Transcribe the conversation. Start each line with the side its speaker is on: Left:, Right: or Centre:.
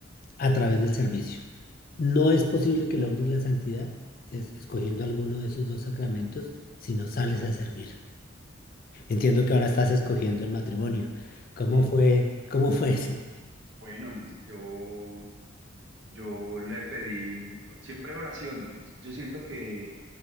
Left: a través del servicio. No es posible que logres la santidad si es- escogiendo alguno de esos dos sacramentos si no sales a servir. Entiendo que ahora estás escogiendo el matrimonio. ¿Cómo
Right: Y
Left: fue, cómo fue eso?
Right: bueno, no, yo, yo le pedí siempre oración, ¿no? Yo siento que